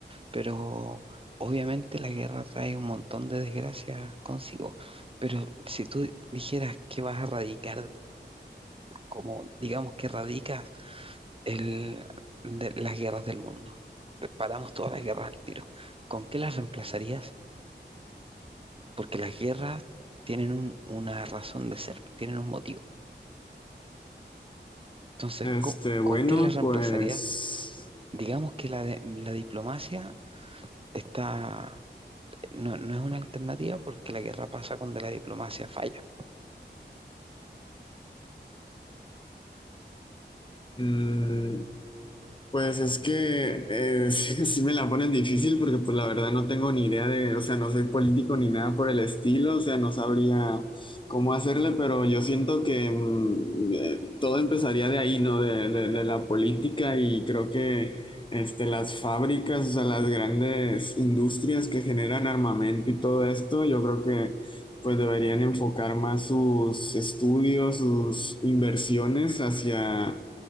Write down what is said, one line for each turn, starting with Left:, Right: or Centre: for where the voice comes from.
Right: pero obviamente la guerra trae un montón de desgracias consigo. Pero si tú dijeras que vas a erradicar, como digamos que erradicas el, de- las guerras del mundo, paramos todas las guerras al tiro, ¿con qué las reemplazarías? Porque las guerras tienen un- una razón de ser, tienen un motivo. Entonces,
Left: Este,
Right: co- ¿con
Left: bueno,
Right: qué las reemplazarías?
Left: pues.
Right: Digamos que la, de- la diplomacia está, no no es una alternativa porque la guerra pasa cuando la diplomacia falla.
Left: Mm, Pues es que eh, <laughs> sí, sí me la ponen difícil porque pues la verdad no tengo ni idea de, o sea, no soy político ni nada por el estilo, o sea, no sabría cómo hacerle, pero yo siento que mm, eh, todo empezaría de ahí, ¿no? De, de- de la política y creo que este, las fábricas, o sea, las grandes industrias que generan armamento y todo esto, yo creo que pues deberían enfocar más sus estudios, sus inversiones hacia